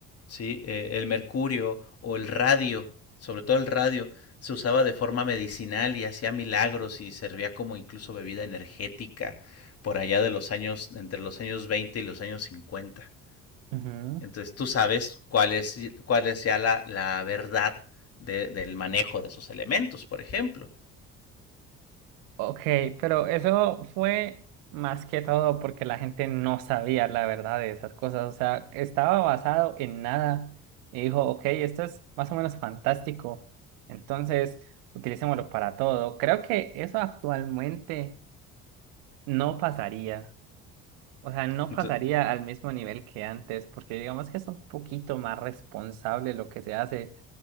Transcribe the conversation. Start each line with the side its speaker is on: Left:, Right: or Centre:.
Left: ¿sí? Eh, el mercurio o el radio, sobre todo el radio, se usaba de forma medicinal y hacía milagros y servía como incluso bebida energética por allá de los años, entre los años 20 y los años 50.
Right: Ujú.
Left: Entonces tú sabes cuál es, cuál es ya la, la verdad de, del manejo de esos elementos, por ejemplo.
Right: Ok, pero eso fue más que todo porque la gente no sabía la verdad de esas cosas. O sea, estaba basado en nada y dijo, ok, esto es más o menos fantástico. Entonces, utilicémoslo para todo. Creo que eso actualmente no pasaría. O sea, no
Left: Entonces,
Right: pasaría al mismo nivel que antes, porque digamos que es un poquito más responsable lo que se hace